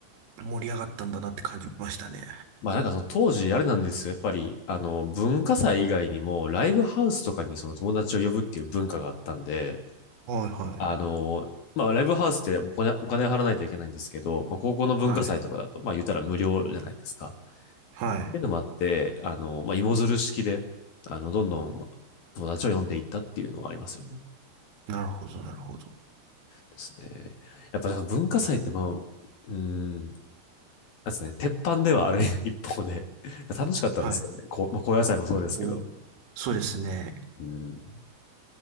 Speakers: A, on the right; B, on the left.
A: 盛り上がったんだなって感じましたね。
B: まあなんかその当時あれなんですよ。やっぱり、あの、文化祭以外にも、ライブハウスとかにその友達を呼ぶっていう文化があったんで、
A: はいはい
B: あのーまあ、ライブハウスってお金、お金払わないといけないんですけど、まあ、高校の文化祭とかだと、
A: はい。
B: まあ、言ったら無料じゃないですか。っ
A: はい。
B: ていうのもあって、あのーまあ、芋づる式で、あの、どんどん、まあ、友達を呼んでいったっていうのはありますよね。
A: なるほど、なるほど。
B: ですね。やっぱりその文化祭って、まあ、うーん、なんですね、鉄板ではある <laughs> 一方で、楽しかったですよね。
A: はい。
B: こう、まあ、高野菜もそうですけど。
A: おそうですね。
B: うん、